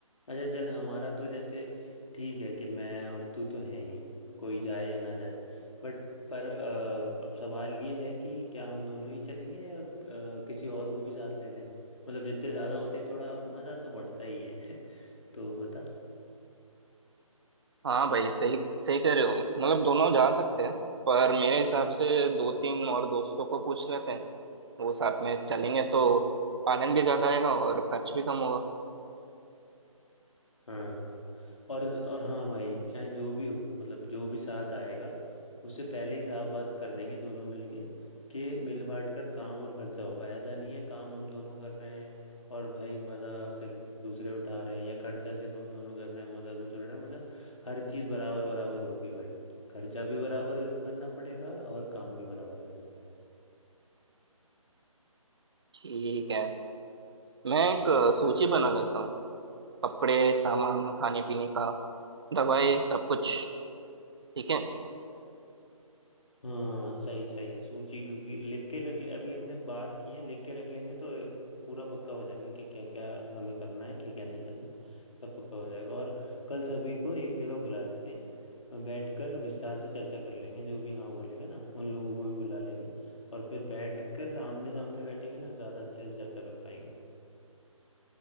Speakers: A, on the left; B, on the right.
A: अच्छा चल हमारा तो जैसे ठीक है कि मैं और तू तो हैं ही कोई जाए या ना जाए बट पर अ, अब सवाल ये है कि क्या हम दोनों ही चलेंगे या अ, किसी और को भी साथ ले लें मतलब जितने ज़्यादा होते हैं थोड़ा मज़ा तो बढ़ता ही है <laughs> तो बता
B: हाँ भाई सही सही कह रहे हो मतलब दोनों जा सकते हैं पर मेरे हिसाब से दो तीन और दोस्तों को पूछ लेते हैं वो साथ में चलेंगे तो आनंद भी ज्यादा आएगा और खर्च भी कम होगा
A: हाँ और और हाँ भाई चाहे जो भी हो मतलब जो भी साथ आएगा उससे पहले ही साफ बात कर देंगे दोनों मिलके कि मिल बांट कर काम और खर्चा होगा ऐसा नहीं है काम हम दोनों कर रहे हैं और भाई मज़ा सिर्फ दूसरे उठा रहे हैं या खर्चा सिर्फ हम दोनों कर रहे हैं मज़ा दूसरे उठा रहे हैं मतलब हर चीज़ बराबर बराबर होगी भाई खर्चा भी बराबर करना पड़ेगा और काम भी बराबर करना पड़ेगा
B: ठीक है मैं एक सूची बना लेता हूँ कपड़े सामान खाने पीने का दवाई सब कुछ ठीक है
A: हाँ सही सही है सूची क्योंकि लिख के रख अभी हमने बात की है लिख के रख लेंगे तो पूरा पक्का हो जाएगा कि क्या क्या हमें करना है क्या क्या नहीं करना सब पक्का हो जाएगा और कल सभी को एक जगह बुला लेते हैं बैठकर विस्तार से चर्चा कर लेंगे जो भी हाँ बोलेगा ना उन लोगों को भी बुला लेंगे और फिर बैठकर सामने सामने बैठेंगे ना ज़्यादा अच्छे से चर्चा कर पाएंगे